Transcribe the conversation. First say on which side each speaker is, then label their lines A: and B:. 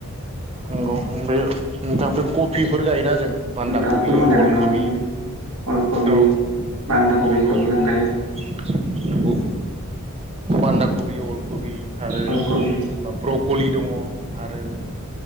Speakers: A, on the right; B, on the right.
A: नंगौ बे नोंथाङा ओमफ्राय कबिफोर गायोना जों बान्दा
B: नोंथाङा
A: कबि
B: फोरमायनो हागोन
A: अल
B: नामा
A: कबि
B: जों अलकबि
A: औ
B: बान्दा कबिखौबो
A: नंगौ नंगौ
B: जों गायो
A: बान्दा कबि अल कबि आरो
B: अलकबि
A: ब्रकलि दङ आरो